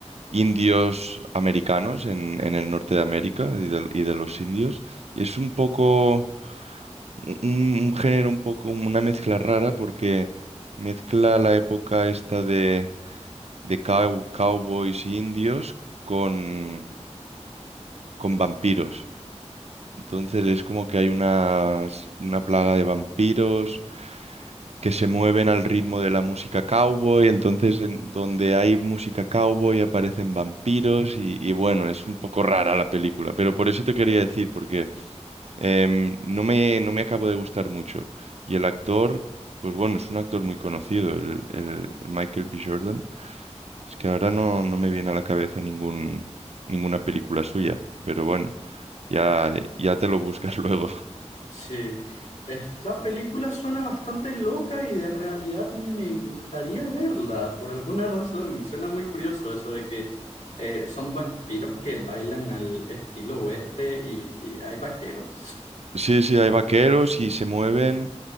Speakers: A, on the right; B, on the left.
A: indios americanos en, en el norte de América y de, y de los indios. Y es un poco, un, un género un poco, una mezcla rara porque mezcla la época esta de, de cow- cowboys e indios con, con vampiros. Entonces es como que hay unas- una plaga de vampiros que se mueven al ritmo de la música cowboy, entonces en donde hay música cowboy aparecen vampiros y, y bueno, es un poco rara la película, pero por eso te quería decir, porque em, no me, no me acabo de gustar mucho. Y el actor, pues bueno, es un actor muy conocido, el, el Michael B. Jordan. Es que ahora no, no me viene a la cabeza ningún, ninguna película suya, pero bueno, ya, ya te lo buscas <laughs> luego.
B: Sí, esta película suena bastante loca y de realidad me gustaría verla por alguna <laughs> razón. Suena muy curioso eso de que eh, son vampiros que bailan al estilo oeste y, y hay vaqueros.
A: Sí, sí, hay vaqueros y se mueven.